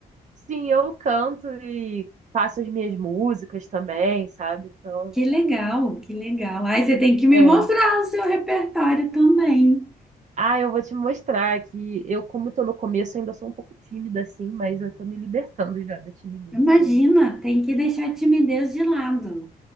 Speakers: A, on the right (about 45°); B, in the centre.
A: Sim, eu canto e faço as minhas músicas também, sabe? Então,
B: Que legal, que legal. Ai, você tem que me
A: é.
B: mostrar o seu repertório também.
A: Ah, eu vou te mostrar que eu, como tô no começo, ainda sou um pouco tímida, assim, mas eu tô me libertando já da timidez,
B: Imagina,
A: sabe?
B: tem que deixar a timidez de lado.